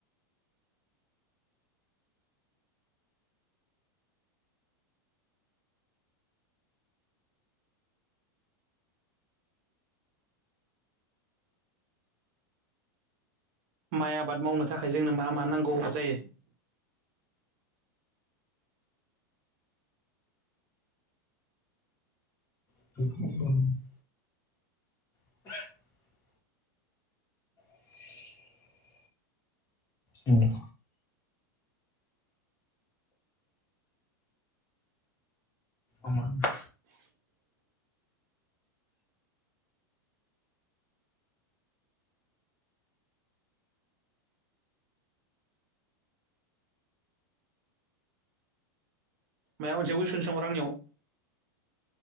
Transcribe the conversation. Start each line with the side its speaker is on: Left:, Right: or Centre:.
Right: माइ आबाद मावनो थाखाय जोंनो मा मा नांगौ जायो?
Left: <inaudible> <unintelligible> <unintelligible> उ <unintelligible> आं माहोनो।
Right: <unintelligible> माबा मोनसे कुयेशन सोंहर आंनियाव?